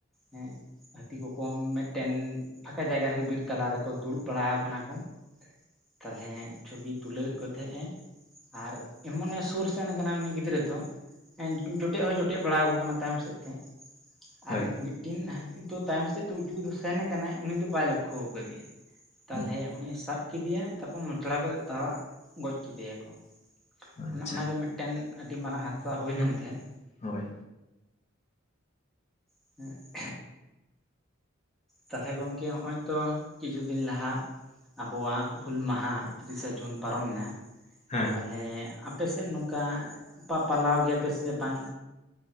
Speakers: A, in the centre; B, on the left (about 35°).
A: ᱦᱮᱸ ᱦᱟᱹᱛᱤ ᱠᱚᱠᱚ ᱢᱮᱫᱴᱮᱱ ᱯᱷᱟᱸᱠᱟ ᱡᱟᱭᱜᱟ ᱨᱮᱜᱮ ᱵᱤᱨ ᱛᱟᱞᱟ ᱨᱮᱠᱚ ᱫᱩᱲᱩᱵ ᱵᱟᱲᱟᱣ ᱠᱟᱱᱟ ᱠᱚ ᱛᱟᱞᱦᱮ ᱪᱷᱚᱵᱤ ᱛᱩᱞᱟᱹᱣᱮᱫ ᱠᱚ ᱛᱟᱦᱮᱸᱜ ᱮ ᱟᱨ ᱮᱢᱚᱱᱮ ᱥᱩᱨ ᱥᱮᱱ ᱟᱠᱟᱱᱟ ᱩᱱᱤ ᱜᱤᱫᱽᱨᱟᱹ ᱫᱚ ᱡᱚᱴᱮᱫ ᱦᱚᱸᱭ ᱡᱚᱴᱮᱫ ᱵᱟᱲᱟᱠᱚ ᱠᱟᱱᱟ ᱛᱟᱭᱚᱢ ᱥᱮᱫ ᱛᱮ
B: ᱦᱳᱭ
A: ᱟᱨ ᱢᱤᱫ ᱴᱤᱱ ᱦᱟᱹᱛᱤ ᱫᱚ ᱛᱟᱭᱚᱢ ᱥᱮᱫ ᱛᱮ ᱩᱪᱩᱨ ᱥᱮᱱ ᱟᱠᱟᱱᱟᱭ ᱩᱱᱤ ᱫᱚ ᱵᱟᱭ ᱞᱚᱠᱠᱷᱚ ᱠᱟᱫᱤᱭᱟ ᱛᱟᱞᱦᱮ
B: ᱦᱩᱸ
A: ᱩᱱᱤᱭ ᱥᱟᱵ ᱠᱤᱫᱤᱭᱟ ᱛᱟᱯᱚᱨ ᱢᱚᱪᱲᱟᱣ ᱠᱟᱛᱮᱫ ᱛᱟᱣᱟᱜ ᱜᱚᱡ ᱠᱮᱫᱮᱭᱟᱠᱚ
B: ᱟᱪᱪᱷᱟ
A: ᱚᱱᱮ ᱚᱱᱟᱜᱮ ᱢᱮᱫ ᱴᱮᱱ ᱟᱹᱰᱤ ᱢᱟᱨᱟᱝ ᱦᱟᱛᱥᱟ ᱦᱩᱭ
B: ᱦᱩᱸ
A: ᱞᱮᱱ ᱛᱟᱦᱮᱸᱫ
B: ᱦᱳᱭ
A: <unintelligible> ᱛᱟᱞᱦᱮ ᱜᱚᱝᱠᱮ ᱦᱚᱸᱚᱭ ᱛᱚ ᱠᱤᱪᱷᱩ ᱫᱤᱱ ᱞᱟᱦᱟ ᱟᱵᱚᱣᱟᱜ ᱦᱩᱞ ᱢᱟᱦᱟ ᱛᱤᱨᱤᱥᱟ ᱡᱩᱱ ᱯᱟᱨᱚᱢ ᱮᱱᱟ
B: ᱦᱮᱸ
A: ᱛᱟᱞᱦᱮ ᱟᱯᱮ ᱥᱮᱫ ᱱᱚᱝᱠᱟ ᱯᱟ ᱯᱟᱞᱟᱣ ᱜᱮᱭᱟᱯᱮ ᱥᱮ ᱵᱟᱝ